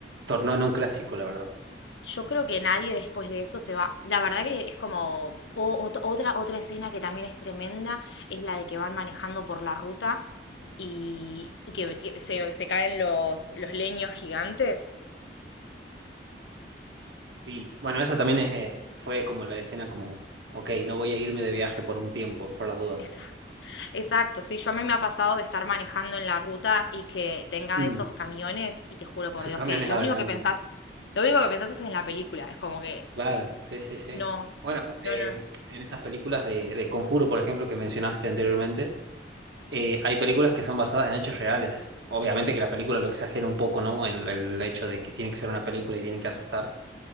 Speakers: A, on the right (about 80°); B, on the left (about 80°).
A: tornó en un clásico, la verdad.
B: yo creo que nadie después de eso se va. La verdad que es como o- ot- otra otra escena que también es tremenda, es la de que van manejando por la ruta y, y que ti- se, se caen los, los leños gigantes.
A: Sí, Bueno, eso también es, eh, fue como la escena como, ok, no voy a irme de viaje por un tiempo, por las dudas.
B: Esa, Exacto, sí, yo a mí me ha pasado de estar manejando en la ruta y que tenga
A: Mm,
B: de esos camiones y te juro por
A: Esos
B: Dios
A: camiones
B: que lo
A: adelante,
B: único que pensás,
A: ¿no?
B: lo único que pensás es en la película, es como que
A: Claro, sí, sí, sí.
B: no,
A: Bueno,
B: no,
A: eh,
B: no,
A: en estas películas de, de Conjuro, por ejemplo, que mencionaste anteriormente, eh, hay películas que son basadas en hechos reales. Obviamente que la película lo exagera un poco, ¿no? El, el hecho de que tiene que ser una película y tiene que asustar.